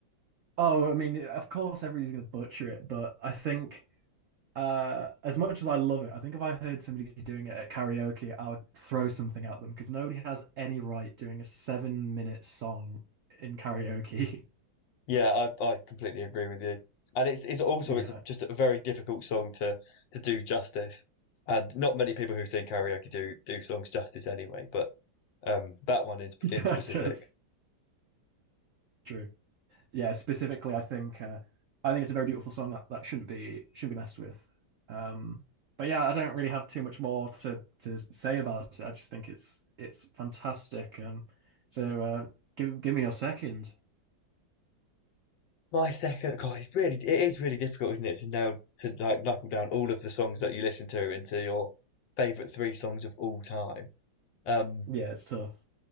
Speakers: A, on the right (about 75°); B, on the left (about 75°).
A: oh, I mean, of course everybody's gonna butcher it, but I think. Uh, as much as I love it, I think if I heard somebody doing it at karaoke, I would throw something at them because nobody has any right doing a seven minute song in karaoke. <laughs>
B: Yeah, I, I completely agree with you. And it's it's also
A: Yeah,
B: it's a, just a very difficult song to to do justice. And not many people who sing karaoke do do songs justice anyway, but um that one is
A: <laughs>
B: in
A: that's,
B: specific.
A: that's true. Yeah, specifically, I think uh, I think it's a very beautiful song that, that shouldn't be shouldn't be messed with. Um, but yeah, I don't really have too much more to to say about it. I just think it's it's fantastic. Um, so uh, give give me a second.
B: My second God, it's really it is really difficult, isn't it, to nail to like knuckle down all of the songs that you listen to into your favorite three songs of all time. Um
A: Yeah, it's tough.